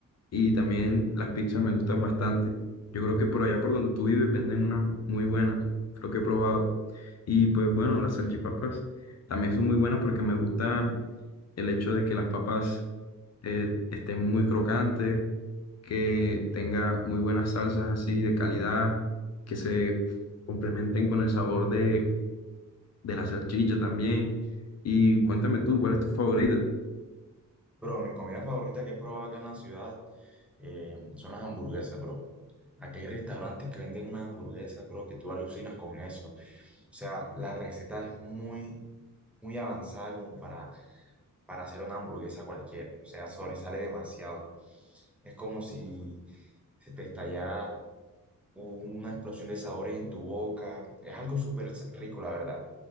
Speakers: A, on the left (about 50°); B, in the centre.
A: y también las pizzas me gustan bastante. Yo creo que por allá por donde tú vives venden unas muy buenas, creo que he probado. Y pues bueno, las salchipapas también son muy buenas porque me gusta el hecho de que las papas eh, estén muy crocantes que tenga muy buenas salsas así de calidad, que se complementen con el sabor de, de la salchicha también. Y cuéntame tú, ¿cuál es tu favorita?
B: Bro, mi comida favorita que he probado acá en la ciudad eh, son las hamburguesas, bro. Aquí hay restaurantes que venden unas hamburguesas, bro, que tú alucinas con eso. O sea, la receta es muy, muy avanzada como para, para hacer una hamburguesa cualquiera. O sea, sobresale demasiado. Es como si se te estallara una explosión de sabores en tu boca. Es algo súper rico, la verdad.